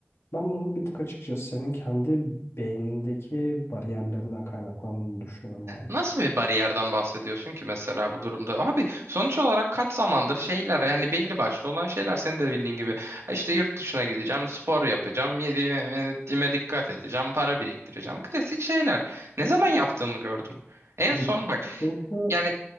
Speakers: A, on the left; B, on the right.
A: Ben bunun bir tık açıkçası senin kendi beynindeki bariyerlerinden kaynaklandığını düşünüyorum abi.
B: Nasıl bir bariyerden bahsediyorsun ki mesela bu durumda? Abi sonuç olarak kaç zamandır şeyler yani belli başlı olan şeyler senin de bildiğin gibi. Ha İşte yurt dışına gideceğim, spor yapacağım, yediğime, yediğime dikkat edeceğim, para biriktireceğim. Klasik şeyler. Ne zaman yaptığımı gördün? En
A: Abi
B: son bak
A: Çünkü
B: yani